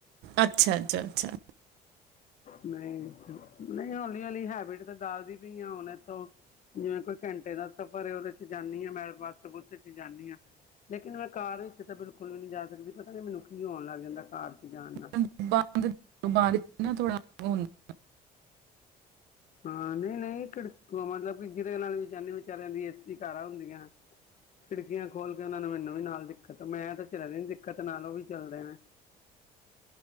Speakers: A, on the right (about 90°); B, on the left (about 50°).
A: ਅੱਛਾ ਅੱਛਾ ਅੱਛਾ।
B: ਨਹੀਂ ਨਹੀਂ ਹੌਲੀ ਹੌਲੀ ਹੈਬਿਟ ਤੇ ਡਾਲਦੀ ਪਈ ਆ ਹੁਣ ਇੱਥੋਂ ਜਿਵੇਂ ਕੋਈ ਘੰਟੇ ਦਾ ਸਫ਼ਰ ਉਹਦੇ ਚ ਜਾਂਦੀ ਹਾਂ ਮੈਂ ਬਸ ਬੂਸ ਚ ਜਾਂਦੀ ਹਾਂ। ਲੇਕਿਨ ਮੈਂ ਕਾਰ ਵਿੱਚ ਤਾਂ ਬਿਲਕੁਲ ਵੀ ਨਹੀਂ ਜਾ ਸਕਦੀ ਪਤਾ ਨੀ ਮੈਨੂੰ ਕੀ ਹੋਣ ਲੱਗ ਜਾਂਦਾ ਕਾਰ ਚ ਜਾਣ ਨਾਲ।
A: ਬੰਦ ਬਾਅਦ ਨਾ ਥੋੜਾ ਹ <unintelligible>
B: ਹਾਂ ਨਹੀਂ ਨਹੀਂ ਘੜਕੂ ਮਤਲਬ ਕਿ ਜਿਹਦੇ ਨਾਲ ਵੀ ਜਾਨੀ ਵਿਚਾਰਿਆਂ ਦੀ ਏਸੀ ਕਾਰਾਂ ਹੁੰਦੀਆਂ ਖਿੜਕੀਆਂ ਖੋਲ ਕੇ ਉਹਨਾਂ ਨੂੰ ਮੈਨੂੰ ਵੀ ਨਾਲ ਦਿੱਕਤ ਮੈਂ ਤਾਂ ਝਲਦੀ ਦਿੱਕਤ ਨਾਲ ਉਹ ਵੀ ਚੱਲਦੇ ਨੇ